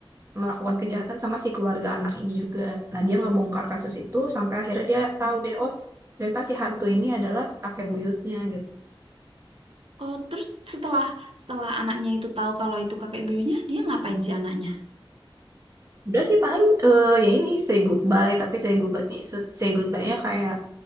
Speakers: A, on the right; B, on the right.
A: melakukan kejahatan sama si keluarga anak ini juga. Nah, dia ngebongkar kasus itu sampai akhirnya dia tahu deh, oh ternyata si hantu ini adalah kakek buyutnya gitu.
B: Oh, terus setelah setelah anaknya itu tahu kalau itu kakek buyutnya, dia ngapain si anaknya?
A: Udah sih paling eh, ya ini say goodbye, tapi say goodbye nih say goodbye-nya kayak